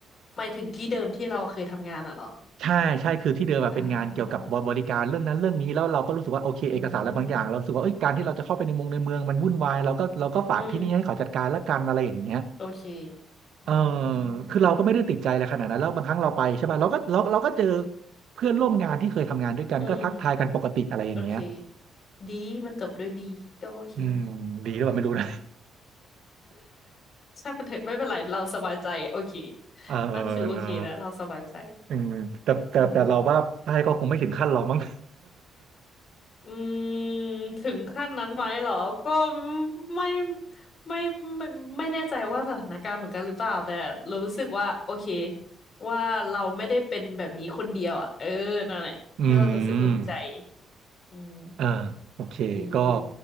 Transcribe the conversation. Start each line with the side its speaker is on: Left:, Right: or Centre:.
Left: หมายถึงที่เดิมที่เราเคยทำงานอ่ะเหรอ
Right: ใช่ใช่คือที่เดิมแบบเป็นงานเกี่ยวกับบริการเรื่องนั้นเรื่องนี้แล้วเราก็รู้สึกว่าโอเคเอกสารอะไรบางอย่างเรารู้สึกว่าเอ้ยการที่เราจะเข้าไปในเมืองในเมืองมันวุ่นวายเราก็เราก็ฝากที่นี่ให้เขาจัดการละกันอะไรอย่างเงี้ย
Left: อ่าอืมอืมโอเคอืมโอเค
Right: เออคือเราก็ไม่ได้ติดใจอะไรขนาดนั้นแล้วบางครั้งเราไปใช่ป่ะเราก็เราเราก็เจอเพื่อนร่วมงานที่เคยทำงานด้วยกันก็ทักทายกันปกติอะไรอย่างเงี้ย
Left: อืมโอเคดีมันจบด้วยดีก็โอเค
Right: อืม
Left: <laughs>
Right: ดีหรือเปล่าไม่รู้นะ
Left: ช่างมันเถอะไม่เป็นไรเราสบายใจโอเค
Right: <laughs> เออ
Left: นั่นคือโอเคแล้วเราสบายใจ
Right: เนอะอืมแต่แต่แต่เราว่าใช่ก็คงไม่ถึงขั้นเรามั้ง
Left: อืม อืมถึงขั้นนั้นไหมเหรอก็ไม่ไม่ไม่ไม่แน่ใจว่าสถานการณ์เหมือนกันหรือเปล่าแต่รู้สึกว่าโอเคว่าเราไม่ได้เป็นแบบนี้คนเดียวอ่ะเออนั่นแหละก็รู้สึกอุ่นใจ
Right: <laughs> อืม
Left: อืม
Right: อ่าโอเคก็
Left: ดีดี